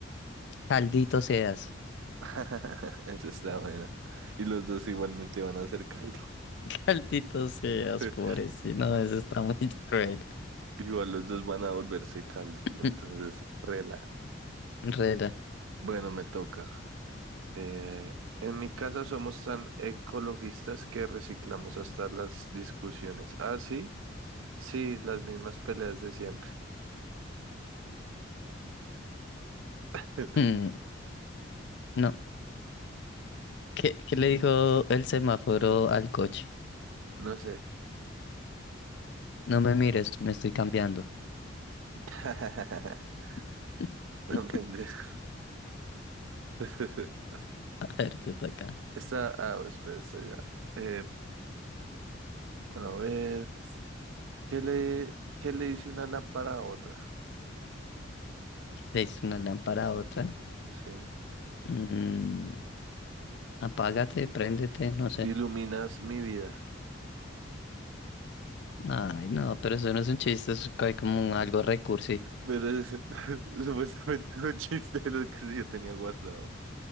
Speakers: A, on the left; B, on the right.
A: Caldito seas.
B: <laughs> Esa está buena. Y los dos igualmente van a hacer caldo.
A: <laughs> Caldito seas,
B: <laughs>
A: pobrecito. No, eso está muy cruel.
B: Igual los dos van a volverse caldo. Entonces,
A: <laughs>
B: rela.
A: Rela.
B: Bueno, me toca. Eh, en mi casa somos tan ecologistas que reciclamos hasta las discusiones. Ah, sí, sí, las mismas peleas de siempre. <laughs>
A: Mm, No. ¿Qué, qué le dijo el semáforo al coche?
B: No sé.
A: No me mires, me estoy cambiando.
B: <laughs>
A: <laughs>
B: No me entiendes. <laughs>
A: A ver, te toca.
B: Está, ah, espera, está ya. Eh, a ver, ¿qué le, qué le dice una lámpara a otra?
A: Le hizo una lámpara a otra.
B: Sí.
A: Mm, apágate, préndete, no sé.
B: Iluminas mi vida.
A: Ay, no, pero eso no es un chiste, es hay como un algo recursi.
B: Pero es <laughs> supuestamente es un chiste de los que yo tenía guardados.